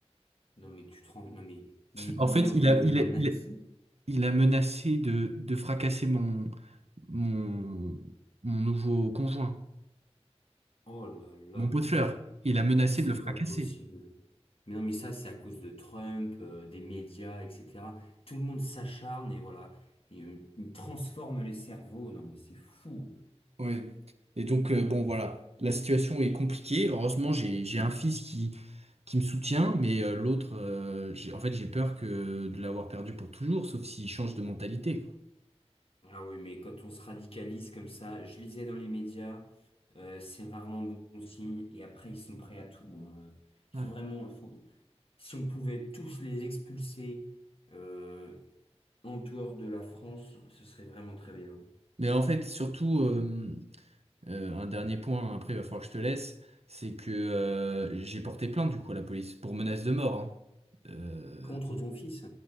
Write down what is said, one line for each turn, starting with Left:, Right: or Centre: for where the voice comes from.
Left: Non mais tu te rends, non mais il, il
Right: En fait,
Left: est en
Right: il
Left: train
Right: a,
Left: de
Right: il
Left: devenir
Right: a,
Left: nazi?
Right: il a, il a menacé de, de fracasser mon, mon, mon nouveau conjoint,
Left: Oh là là,
Right: mon
Left: non
Right: pot de
Left: mais
Right: fleurs.
Left: c'est
Right: Il a menacé
Left: c'est
Right: de le fracasser.
Left: pas possible. Mais non mais ça c'est à cause de Trump, euh, des médias, etc. Tout le monde s'acharne et voilà, il, il transforme les cerveaux. Non mais c'est fou.
Right: Ouais. Et donc, euh, bon, voilà. La situation est compliquée. Heureusement, j'ai, j'ai un fils qui, qui me soutient, mais euh, l'autre, euh, j'ai, en fait, j'ai peur que de l'avoir perdu pour toujours, sauf s'il change de mentalité, quoi.
Left: Ah oui, mais quand on se radicalise comme ça, je lisais dans les médias, euh, c'est rarement bon signe, et après ils sont prêts à tout. hein. Il
Right: Ouais.
Left: faut vraiment, il faut- si on pouvait tous les expulser euh, en dehors de la France, ce serait vraiment très bien.
Right: Mais en fait, surtout, euh, euh, un dernier point, hein, après il va falloir que je te laisse, c'est que euh, j'ai porté plainte du coup à la police pour menace de mort. hein. Euh,
Left: Contre ton fils?